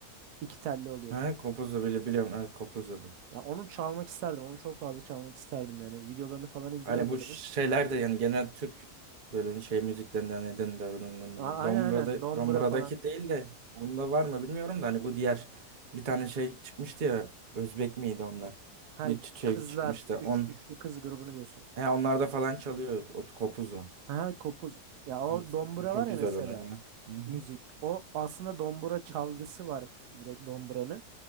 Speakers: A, on the right; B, on the right.
A: İki telli oluyor.
B: Ha, kopuzla bile biliyorum. Evet, kopuzla da.
A: Ya onu çalmak isterdim. Onu çok fazla çalmak isterdim yani. Videolarını falan izliyorum
B: Hani bu
A: adamın.
B: şeyler de yani genel Türk böyle şey müziklerinden neden
A: A aynen
B: Dombra'da
A: aynen. Dombra
B: Dombra'daki
A: falan.
B: değil de onda var mı bilmiyorum da hani bu diğer bir tane şey çıkmıştı ya Özbek miydi onlar?
A: Hay
B: Bir t- şey
A: kızlar.
B: çıkmıştı.
A: Üç,
B: On,
A: üçlü kız grubunu diyorsun.
B: he, onlarda falan çalıyor o kopuzu.
A: Ha kopuz. Ya o
B: Hı, sesi
A: dombra
B: Çok
A: var ya
B: güzel
A: mesela.
B: onun ya. Hı hı.
A: Müzik. O aslında dombura çalgısı var direkt domburanın.